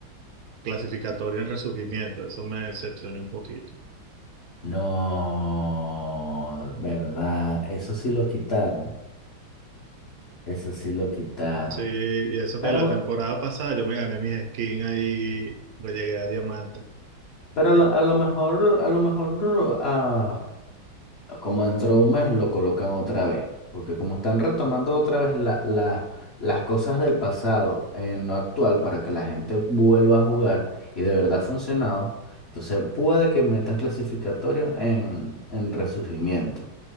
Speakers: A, on the right (about 65°); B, on the left (about 40°).
A: clasificatoria en resurgimiento, eso me decepcionó un poquito.
B: No, verdad, eso sí lo quitaron, eso sí lo quitaron.
A: Sí, y eso
B: Pero,
A: que la temporada pasada yo me gané mis skins ahí, pues llegué a diamante.
B: pero a lo, a lo mejor, a lo mejor ah, como dentro de un mes lo colocan otra vez, porque como están retomando otra vez la- la- las cosas del pasado en lo actual para que la gente vuelva a jugar y de verdad ha funcionado, entonces puede que metan clasificatorios en, en resurgimiento.